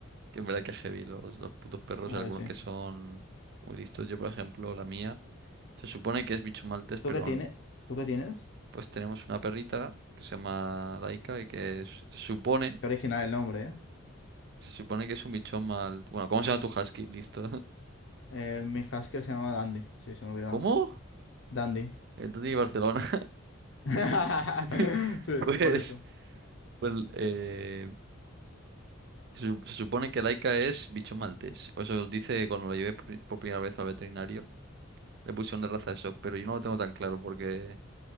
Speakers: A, on the right; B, on the left.
A: Que en verdad que es heavy los, los putos perros,
B: ahora
A: algunos
B: que sí.
A: que son muy listos. Yo, por ejemplo, la mía, se supone que es bicho maltés, pero
B: ¿Tú qué tienes? ¿Tú qué tienes?
A: pues tenemos una perrita que se llama Laika y que es- se supone,
B: Qué original el nombre, ¿eh?
A: se supone que es un bichón mal. Bueno, ¿cómo se llama tu husky? Listo. <laughs>
B: Eh, mi husky se llama Dandy. Sí, se me olvidaba.
A: ¿Cómo?
B: Dandy.
A: El Tony de Barcelona.
B: <laughs>
A: <laughs>
B: Sí,
A: Pues,
B: por eso.
A: pues eh, Se, su- se supone que Laika es bichón maltés. O eso dice cuando lo llevé por, pri- por primera vez al veterinario. Le pusieron de raza eso, pero yo no lo tengo tan claro porque